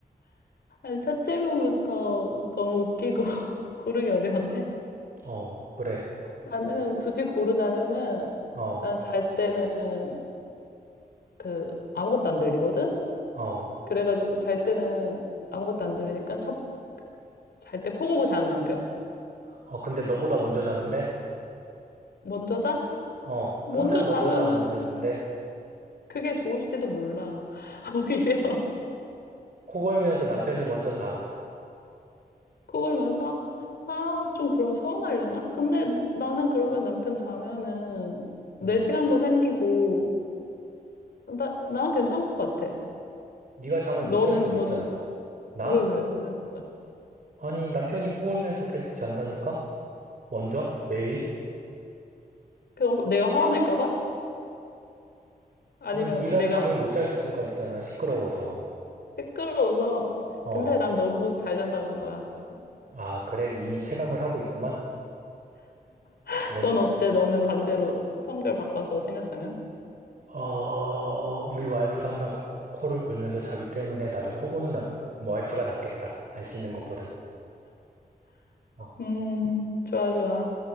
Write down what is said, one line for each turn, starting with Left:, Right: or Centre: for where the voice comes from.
Left: 니 첫 질문부터 너무 웃기고 <laughs> 고르기 어려운데?
Right: 어, 그래.
Left: 나는 굳이 고르자면은,
Right: 어,
Left: 난 잘 때는 그, 아무것도 안 들리거든?
Right: 어.
Left: 그래가지고 잘 때는 아무것도 안 들리니까 첫, 잘 때 코 고고 자는 남편.
Right: 어, 근데 너보다 먼저 자는데?
Left: 먼저 자?
Right: 어,
Left: 먼저
Right: 항상
Left: 자면은
Right: 너보다 먼저였는데
Left: 그게 좋을지도 몰라. <laughs> 오히려.
Right: 코 골면서 남편이 먼저 자.
Left: 그걸면서 아, 좀 그럼 서운하려나? 근데 나는 그러면 남편 자면은 내
Right: 음.
Left: 시간도 생기고 나, 난 괜찮은 것 같아.
Right: 네가 잠을
Left: 너는,
Right: 못 잘 수도
Left: 너는,
Right: 있잖아. 나?
Left: 왜, 왜, 왜? 진짜?
Right: 아니, 남편이 코 골면서 계속 잔다니까? 먼저? 매일?
Left: 그럼 내가 화가 날까 봐? 아니면
Right: 아니, 네가
Left: 내가
Right: 잠을 못 잘 수가 있잖아. 시끄러워서.
Left: 시끄러워서,
Right: 어.
Left: 근데 난 너무 잘 잔다는 거야.
Right: 아, 그래. 이미 체감을 하고 있구만.
Left: <laughs>
Right: 이건
Left: 넌 어때? 너는 반대로 성별 바꿔서 생각하면?
Right: 어, 우리 와이프도 항상 코, 코를 골면서 자기 때문에 나도 코 고는 남 와이프가 낫겠다. 안 씻는 것보단. 어.
Left: 음, 좋아, 좋아.